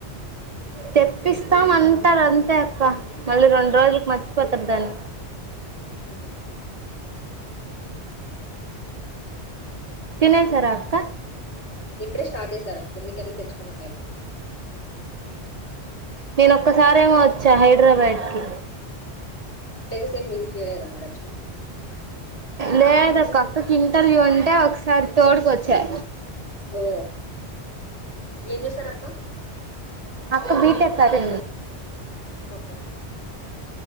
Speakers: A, on the right; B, on the left.
A: తెప్పిస్. స్తాం అంటారు అంతే అక్క మళ్ళీ రెండు రోజులకి మర్చిపోతారు దాన్ని.
B: ఉమ్.
A: తినేసారా అక్క.
B: ఇప్పుడే స్టార్ట్ జేసారా కిందికెళ్ళి తెచ్చుకున్న పైకి.
A: నేన్ ఒక్కసారేమో. చ్చ హైదరాబాడ్ కి.
B: సేమ్ మీది చేయాలేదా మరి వచ్చినప్పుడు.
A: లేదక్కా అక్కకి ఇంటర్వ్యూ ఉంటే ఒకసారి తోడుకొచ్చా..
B: ఓ ఏం చేస్తారు అ. ఆ.
A: అక్క బీటెక్ కదే.
B: ఓకె